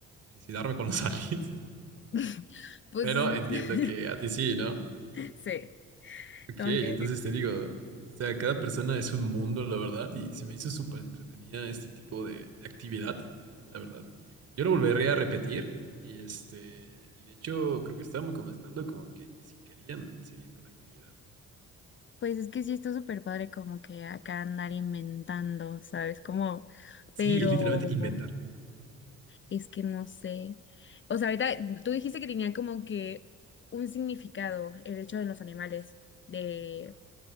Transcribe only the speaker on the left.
<laughs> Pues
es-
<laughs>
sí,
como
que
pues es que sí está súper padre como que acá andar inventando, ¿sabes? Como,
pero
es que no sé. O sea, ahorita tú dijiste que tenía como que un significado el hecho de los animales, de